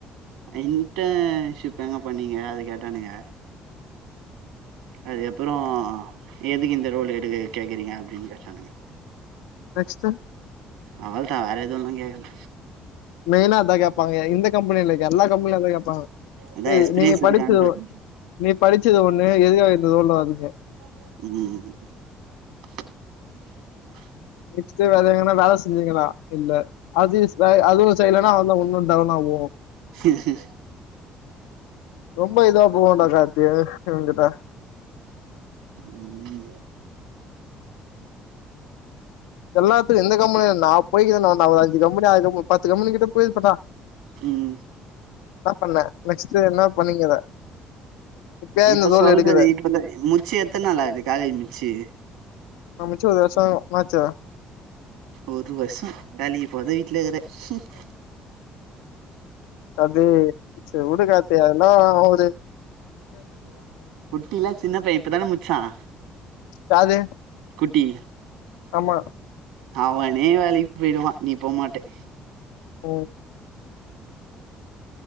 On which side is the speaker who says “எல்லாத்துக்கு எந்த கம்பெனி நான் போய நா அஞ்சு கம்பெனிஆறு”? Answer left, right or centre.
Left